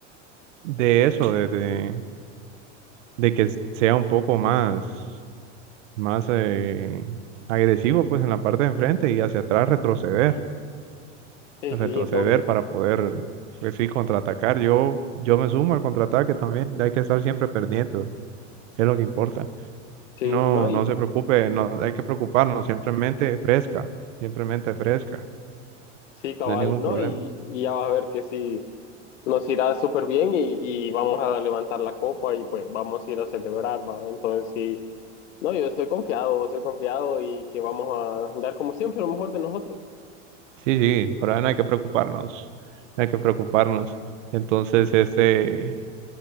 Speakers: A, on the right; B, on the left.
A: de eso, de, de, de que sea un poco más, más eh, agresivo pues en la parte de enfrente y hacia atrás retroceder,
B: Sí,
A: retroceder
B: sí, no, y-
A: para poder, pues sí, contraatacar. Yo, yo me sumo al contraataque también, hay que estar siempre pendiente. es lo que importa.
B: sí,
A: No,
B: no,
A: no
B: y
A: se preocupe, no hay que preocuparnos, Simplemente fresca, simplemente fresca,
B: sí, cabal,
A: no hay ningún
B: no,
A: problema.
B: y, y ya vas a ver que sí, nos irá súper bien y, y vamos a levantar la copa y pues vamos a ir a celebrar, ¿va? Entonces sí, no, yo estoy confiado, estoy confiado y que vamos a dar como siempre lo mejor de nosotros.
A: Sí, sí, por ahora no hay que preocuparnos, no hay que preocuparnos. Entonces, este,